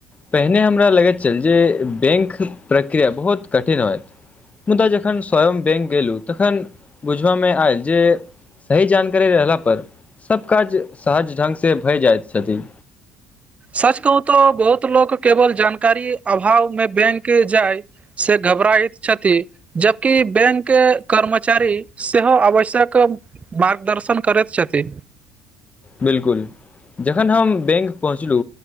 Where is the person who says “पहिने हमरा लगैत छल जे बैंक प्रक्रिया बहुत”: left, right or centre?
Left